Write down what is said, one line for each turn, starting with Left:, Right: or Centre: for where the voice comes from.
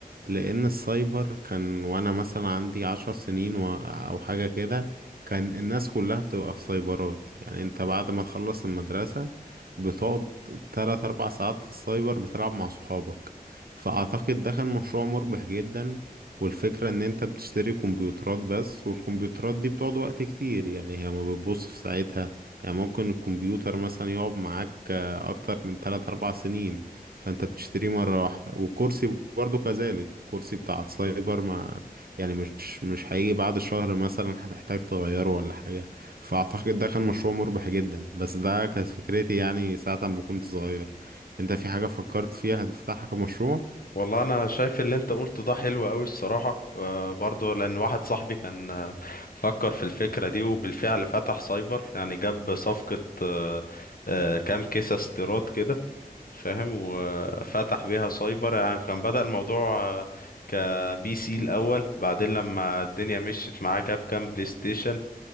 Right: لان السايبر كان وانا مثلا عندي عشر سنين و... او حاجة كده كان الناس كلها بتبقى في سايبرات يعني انت بعد ما تخلص المدرسة بتقعد تلات اربع ساعات في السايبر بتلعب مع صحابك فاعتقد ده كان مشروع مربح جدا والفكرة ان انت بتشتري كمبيوترات بس والكمبيوترات دي بتقعد وقت كتير يعني هي ما بتبص في ساعتها يعني ممكن الكمبيوتر مثلا يقعد معاك آه، اكتر من 3 4 سنين فانت بتشتريه مرة واحدة والكرسي برضو كذلك الكرسي بتاع السايبر ما يعني مش مش هيجي بعد شهر مثلا هتحتاج تغيره ولا حاجة فأعتقد ده كان مشروع مربح جدا بس ده كانت فكرتي يعني ساعة ما كنت صغير انت في حاجة فكرت فيها هتفتحها كمشروع؟
Left: والله انا شايف اللي انت قلته ده حلو قوي الصراحة آه، برضه لان واحد صاحبي كان آه، فكر في الفكرة دي وبالفعل فتح سايبر يعني جاب صفقة آه، آه، كام كيسة استيراد كده فاهم وفتح بيها سايبر يعني كان بدأ الموضوع آه، كبي سي الاول بعدين لما الدنيا مشيت معاه جاب كام بلاي ستيشن